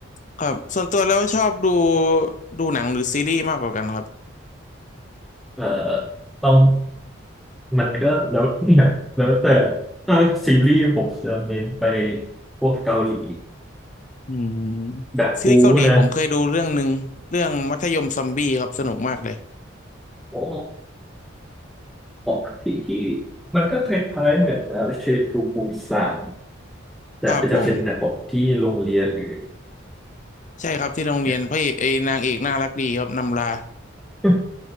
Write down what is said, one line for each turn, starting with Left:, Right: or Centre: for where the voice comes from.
Left: ครับส่วนตัวแล้วชอบดูดูหนังหรือซีรีส์มากกว่ากันครับ
Centre: เออต้องมันก็แล้วแตี่แล้วแต่ถ้าซีรีส์ผมจะเน้นไปพวกเกาหลี
Left: อืม
Centre: แบบบู๊นะ
Left: ซีรีส์เกาหลีผมเคยดูเรื่องหนึ่งเรื่องมัธยมซอมบี้ครับสนุกมากเลย
Centre: อ๋อออกที่ที่มันก็คล้ายๆเหมือนเอ่อเชนทรูปูซาน แต่จะเป็นแบบผมที่โรงเรียนหรือ
Left: ครับผมใช่ครับที่โรงเรียนพระเอกเอยนางเอกน่ารักดีครับนำลา
Centre: เนี่ยม